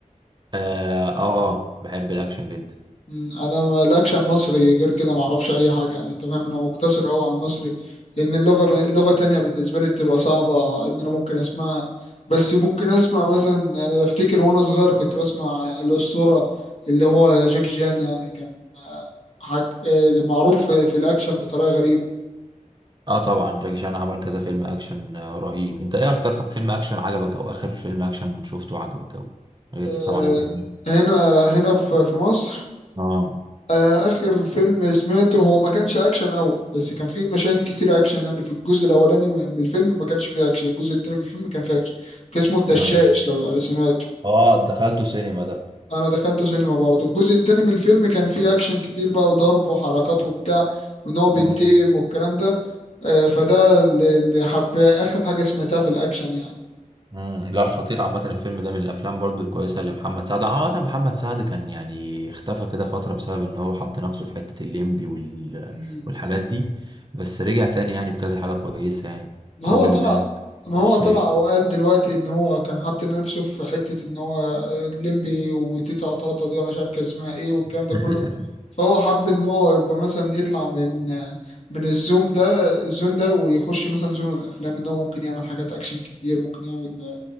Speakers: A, on the right; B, on the left.
A: اه آه، بحب الاكشن جدا
B: مم، انا ما- الاكشن مصري غير كده ما اعرفش اي حاجه يعني انت فاهم انا مقتصر قوي على المصري لان اللغه ب... لغه تانية بالنسبه لي بتبقى صعبه ان انا ممكن اسمعها بس ممكن اسمع مثلا يعني افتكر وانا صغير كنت بسمع الاسطوره اللي هو جاك جان يعني كان آه، حاج... آه، معروف في في الاكشن بطريقه غريبه
A: اه طبعا جاكي شان عمل كذا فيلم اكشن آه، رهيب انت ايه اكتر طب فيلم اكشن عجبك او اخر فيلم اكشن شفته عجبك او غير
B: آه،
A: طبعا ابراهيم
B: هنا هنا في في مصر
A: اه
B: آه، آخر فيلم سمعته هو ما كانش أكشن أوي بس كان فيه مشاهد كتير أكشن يعني في الجزء الأولاني من الفيلم ما كانش فيه أكشن الجزء التاني في الفيلم كان فيه أكشن كان اسمه الدشاش
A: اه
B: لو سمعته
A: اه دخلته سينما ده
B: أنا دخلته سينما برضه الجزء التاني من الفيلم كان فيه أكشن كتير بقى وضرب وحركات وبتاع وإن هو بينتقم
A: مم.
B: والكلام ده آه، فده اللي اللي حب آخر حاجة سمعتها في الأكشن
A: مم. لا خطير عامة الفيلم ده من الأفلام برضو الكويسة لمحمد سعد عامة محمد سعد كان يعني اختفى كده فترة بسبب إن هو حط نفسه في حتة الليمبي وال...
B: يعني
A: والحاجات دي بس رجع تاني يعني بكذا حاجة كويسة يعني
B: ما
A: تراب
B: هو طلع
A: الماس
B: ما
A: بالشاش
B: هو طلع وقال دلوقتي ان هو كان حاطط نفسه في حته ان هو الليمبي وتيتا طاطا دي وانا مش عارف كان اسمها ايه والكلام
A: <laughs>
B: ده كله فهو حب ان هو يبقى مثلا يطلع من آه، من الزوم ده الزون ده ويخش مثلا زون الافلام ان هو ممكن يعمل حاجات اكشن كتير ممكن يعمل